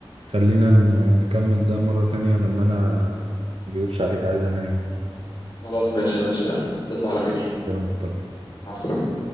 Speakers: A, on the right; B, on the left.
A: خلينا ن- نكمل ده مرة تانية لأن أنا ما أكذبش عليك عايز أنام
B: خلاص ماشي يا باشا يلا تصبح على خير
A: كده مضطر
B: مع السلامه